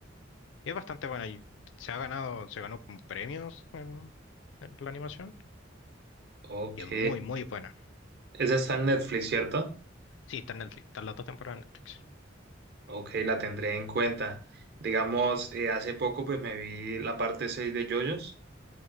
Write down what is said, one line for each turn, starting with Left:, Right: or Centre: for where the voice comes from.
Left: Y es bastante bueno. y se ha ganado, se ganó premios en, en la animación.
Right: Ok.
Left: Y es muy, muy buena.
Right: Esa está en Netflix, ¿cierto?
Left: Sí, está en Netflix. Están las dos temporadas en Netflix.
Right: Ok, la tendré en cuenta. Digamos, eh, hace poco pues me vi la parte 6 de JoJo's